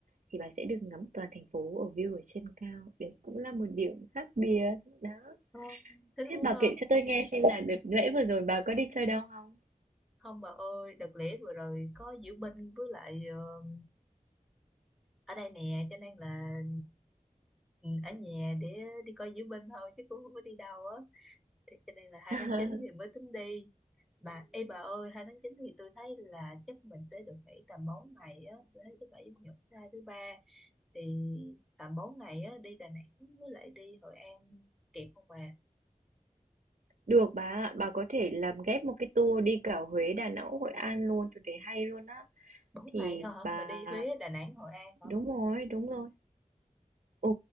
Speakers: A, on the right; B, in the centre.
A: thì bà sẽ được ngắm toàn thành phố ở view ở trên cao. Đấy cũng là một điểm khác biệt. Đó.
B: không thế nó
A: Thế
B: muốn
A: bà kể cho tôi nghe xem là đợt lễ vừa rồi bà có đi chơi đâu không?
B: không bà ơi đợt lễ vừa rồi có diễu binh với lại ờ, ở đây nè cho nên là ừ, ở nhà để đi coi diễu binh thôi chứ cũng không có đi đâu á thì cho nên là hai
A: <laughs>
B: tháng 9 thì mới tính đi mà ê bà ơi 2 tháng 9 thì tôi thấy là chắc mình sẽ được nghỉ tầm 4 ngày á tôi thấy thứ bảy chủ nhật thứ hai thứ ba thì tầm 4 ngày á đi Đà Nẵng với lại đi Hội An kịp không bà
A: Được bà ạ, bà có thể làm ghép một cái tour đi cả Huế, Đà Nẵng, Hội An luôn, tôi thấy hay luôn á.
B: bốn
A: Thì
B: ngày thôi hả
A: bà
B: mà đi Huế Đà Nẵng Hội An hả
A: đúng rồi, đúng rồi. Ừ,